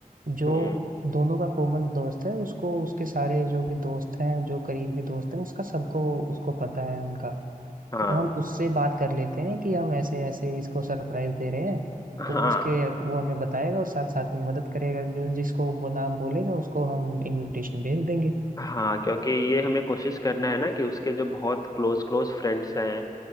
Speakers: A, on the right; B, on the left.
A: जो
B: हम्म
A: दोनों का कॉमन दोस्त है उसको उसके सारे जो भी दोस्त हैं जो करीबी दोस्त हैं उसका सबको उसको पता है उनका
B: हाँ
A: तो हम उससे बात कर लेते हैं कि हम ऐसे ऐसे इसको सरप्राइज दे रहे हैं
B: हाँ
A: तो उसके वो हमें बताएगा और साथ साथ में मदद करेगा जो जिसको वो नाम बोलेगा उसको हम इनविटेशन भेज देंगे
B: हाँ क्योंकि ये हमें कोशिश करना है ना कि उसके जो बहुत क्लोज क्लोज फ्रेंड्स हैं